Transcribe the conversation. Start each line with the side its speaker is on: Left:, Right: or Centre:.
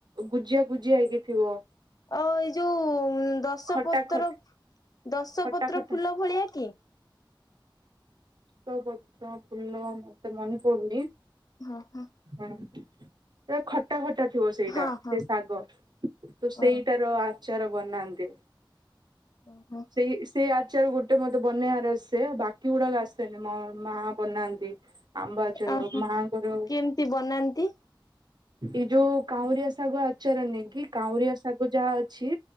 Right: ଗୁଜିଆ ଗୁଜିଆ ହେଇକି ଥିବ।
Left: ଆଉ ଏଇ ଯୋଉ ଦଶ
Right: ଖଟା
Left: ପତ୍ର
Right: ଖ
Left: ଦଶ
Right: ଖଟା
Left: ପତ୍ର
Right: ଖଟା
Left: ଫୁଲ ଭଳିଆ କି?
Right: ଦଶ ପତ୍ର ଫୁଲ ମତେ ମନେ ପଡୁନି।
Left: ହଁ ହଁ।
Right: ହଁ। ଖଟା ଖଟା ଥିବ ସେଇଟା
Left: ହଁ
Right: ସେ
Left: ହଁ
Right: ଶାଗ। ତ
Left: ହଁ
Right: ସେଇଟାର ଆଚାର ବନାନ୍ତି।
Left: ଓହୋ
Right: ସେଇ ସେ ଆଚାର ଗୋଟେ ମତେ ବନେଇବାର ଆସେ ବାକି ଗୁଡାକ ଆସେନି ମୋ ମା ବନାନ୍ତି। ଆମ୍ବଆଚାର
Left: ଓହୋ
Right: ମାଙ୍କର
Left: କେମିତି ବନାନ୍ତି?
Right: ଏଇ ଯୋଉ କାଉଁରିଆ ଶାଗ ଆଚାର ନୀଁ କି କାଉଁରିଆ ଶାଗ ଯାହା ଅଛି